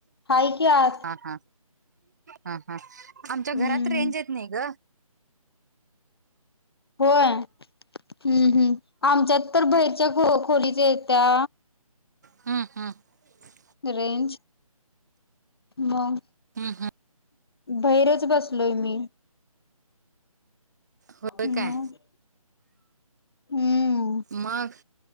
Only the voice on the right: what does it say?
हा हा हा हा आमच्या
घरात रेंज येत नाही ग
हां हां <unintelligible>
हम्म हम्म
होय
काय
मग